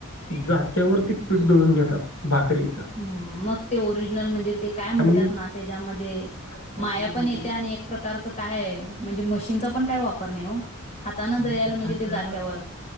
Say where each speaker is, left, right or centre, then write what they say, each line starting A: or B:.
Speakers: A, on the left; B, on the left.
A: जात्यावरती पीठ दळून घेतात. भाकरीचा.
B: ह् मग ते, ओरिजिनल म्हणजे ते काय म्हणतात
A: आणि
B: ना! त्याच्यामध्ये
A: तुम्हाला
B: माया
A: खरं सांगू,
B: पण येत्या आणि प्रकारचं काय म्हणजे मशीनचा पण काय वापर नाही हो हाताने
A: मी
B: दयायला
A: स्वतःच्या
B: म्हणजे ते जात्यावर,